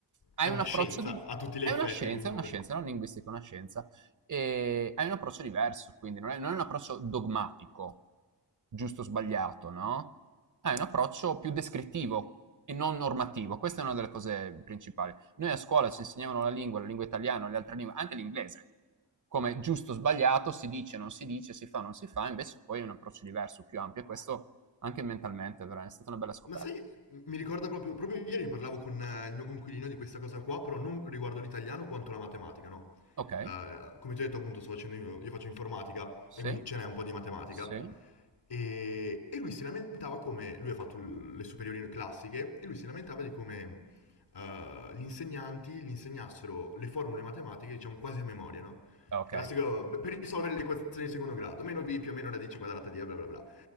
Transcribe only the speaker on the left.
È una
scienza,
a tutti gli
effetti
comunque.
Ma sai, mi ricorda proprio, proprio ieri ne parlavo con eh, il mio coinquilino di questa cosa qua, però non riguardo l'italiano quanto la matematica, no?
Eh, come ti ho detto appunto, sto facendo io, io faccio informatica
e quindi ce n'è un po' di matematica.
E, e lui si lamentava come, lui ha fatto l- le superiori classiche, e lui si lamentava di come eh, gli insegnanti gli insegnassero le formule matematiche, diciamo, quasi a memoria, no?
Classico, per risolvere le equazioni di secondo grado, meno b più o meno radice quadrata di A, bla bla bla.